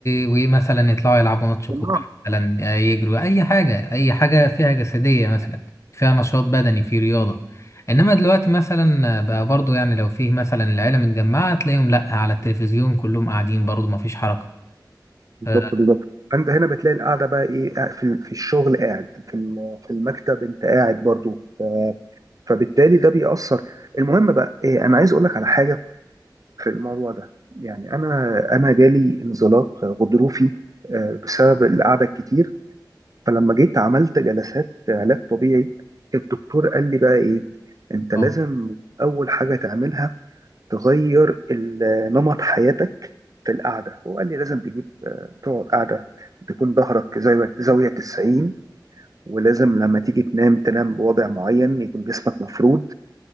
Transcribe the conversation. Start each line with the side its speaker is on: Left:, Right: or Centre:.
Left: ومثلا يطلعوا يلعبوا ماتش كورة
Right: آه،
Left: مثلا يجروا أي حاجة أي حاجة فيها جسدية مثلا فيها نشاط بدني في رياضة إنما دلوقتي مثلا بقى برضو يعني لو فيه مثلا العيلة متجمعة تلاقيهم لأ على التلفزيون كلهم قاعدين برضو مفيش حركة
Right: بالظبط
Left: آه
Right: بالظبط فانت هنا بتلاقي القعده بقى ايه قاعد في في الشغل قاعد في ال- في المكتب انت قاعد برضو ف- فبالتالي ده بيأثر المهم بقى إيه انا عايز اقول لك على حاجه في الموضوع ده يعني انا انا جالي انزلاق غضروفي آه، بسبب القعده الكتير فلما جيت عملت جلسات علاج طبيعي الدكتور قال لي بقى ايه انت لازم
Left: آه،
Right: اول حاجه تعملها تغير ال- نمط حياتك في القعدة هو قال لي لازم تجيب آه، تقعد قعدة تكون ظهرك زاوية زاوية 90 ولازم لما تيجي تنام تنام بوضع معين يكون جسمك مفرود